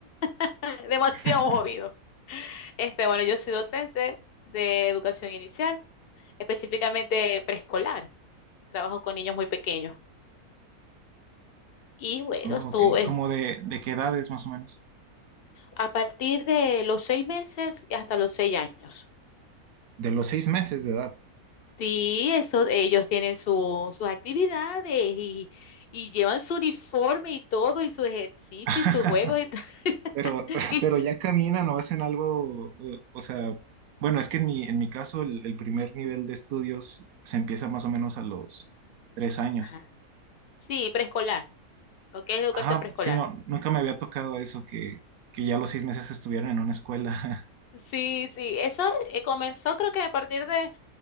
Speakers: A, on the left; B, on the right.
A: <laughs> Demasiado
B: <laughs>
A: movido. Este, bueno, yo soy docente de educación inicial, específicamente preescolar. Trabajo con niños muy pequeños. Y bueno,
B: Oh,
A: estuve
B: ok, como de, de qué edad es más o menos?
A: a partir de los seis meses hasta los seis años.
B: De los seis meses de edad.
A: Sí, eso, ellos tienen su- sus actividades y, y llevan su uniforme y todo, y sus ejercicios
B: <laughs>
A: y sus juegos. Y, t- <laughs>
B: Pero, <laughs>
A: y-
B: pero ya caminan o hacen algo, o, o sea, bueno, es que en mi, en mi caso el, el primer nivel de estudios se empieza más o menos a los tres años.
A: Ajá. Sí, preescolar, lo que es educación
B: Ajá,
A: preescolar.
B: sí, no, nunca me había tocado eso, que, que ya a los seis meses estuvieran en una escuela. <laughs>
A: Sí, sí, eso eh, comenzó creo que a partir de,